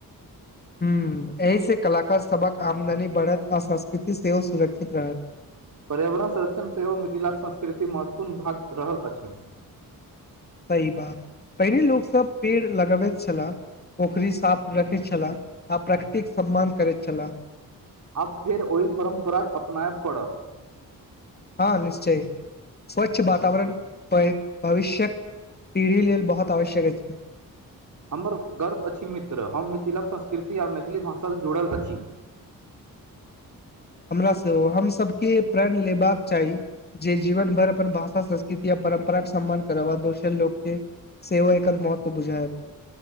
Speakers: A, on the left (about 25°); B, on the right (about 55°).
A: हु एहिस कलाकार सबक आमदनी बढ़त आ संस्कृति सेहो सुरक्षित रहत
B: पर्यावरन संरक्षण सेहो मिथिलाके संस्कृति महत्वपूर्ण भाग रहल अछि
A: सही बात पहिनेे लोक सब पेड़ लगबैत छलाह पोखरी साफ रखेय छलाह आ प्रकृतिक सम्मान करैत छलाह
B: आब फेर ओहि परम्पराके अपनाय पड़त
A: ह निश्चय स्वच्छ वातावरन पेड़ भविष्यक पीढ़ी लेल बहुत आवश्यक अछि
B: हमर गर्व अछि मित्र हम मिथिलाक संस्कृति आ मैथिली भाषास जुरल अछि
A: हमरा सेहो हम सबके प्रण लेबाक चाही जे जीवन भर अपन भाषा संस्कृति या परम्पराे सम्मान करब आ दोसर लोकके सेहो एकर महत्व बुझायब